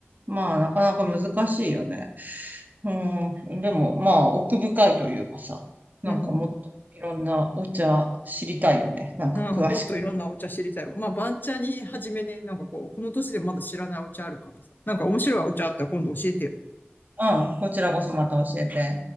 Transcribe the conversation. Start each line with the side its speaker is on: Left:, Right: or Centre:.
Right: まあ、なかなか難しいよね。うん。でも、まあ、奥深いというかさ、なんかもっといろんなお茶知りたいよね。
Left: うん。
Right: なんか詳しく。
Left: うん、もっといろんなお茶知りたいわ。まあ、番茶に始めね、なんかこう、この年でまだ知らないお茶あるからさ。なんか面白いお茶あったら今度教えてよ。
Right: うん。こちらこそまた教えて。